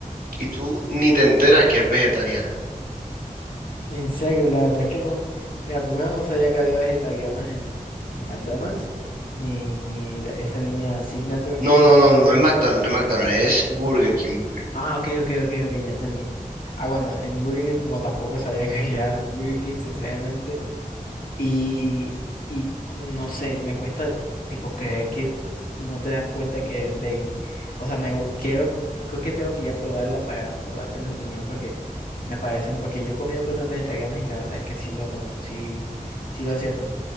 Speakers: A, on the right (about 80°); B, on the left (about 80°).
A: y tú ni te enteras que es vegetariana.
B: En serio, la verdad es que no, mira, primero no sabía que había vegetarianos en, en McDonald's, ni, ni la- esa línea Signature.
A: No, no, no, no, no es McDonald's, no es McDonald's, es Burger King, Burger King.
B: Ah, ok, ok, ok, ok, ya entendí. Ah, bueno, en Burger King, como tampoco sabía <laughs> que había en Burger King, sinceramente. Y, y no sé, me cuesta tipo creer que no te das cuenta que es veggie. O sea, me gu- quiero, creo que tengo que ir a probarla para tipo darte mi opinión porque me parece, porque yo he comido cosas vegetarianas y la verdad es que sí lo noto, sí, sí lo siento.